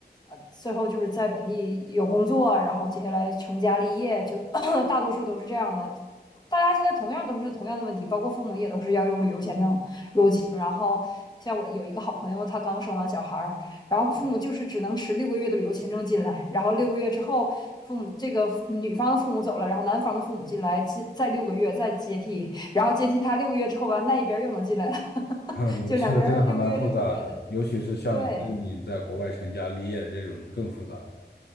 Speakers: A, on the left (about 25°); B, on the left (about 70°).
A: 呃最后就是在本地有工作，然后接下来成家立业，就 <coughs> 大多数都是这样的。大家现在同样都是同样的问题，包括父母也都是要用旅游签证然后像我有一个好朋友，他刚生完小孩儿，然后父母就是只能持六个月的旅游签证进来，然后六个月之后，父母这个女方的父母走了，然后男方的父母进来，进再六个月再接替，然后接替他六个月之后完，那一边又能进来了 <laughs>，
B: 啊，你们这个真的还蛮复杂的，
A: 就两边六个月六个月的，
B: 尤其是像你们这种已经在国外成家立业的这种就更复杂了。
A: 对